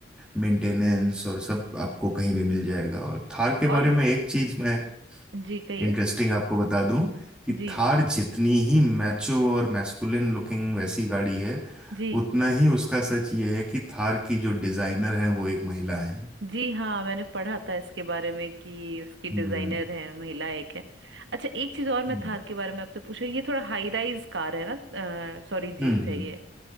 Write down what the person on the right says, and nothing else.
और
जी कहिए
जी
जी
जी हाँ मैंने पढ़ा था इसके बारे में कि उसकी डिजाइनर
है महिला एक है अच्छा एक चीज और मैं
थार के बारे में आपसे पूछूं ये थोड़ा हाई राइज कार है ना सॉरी जीप
है
ये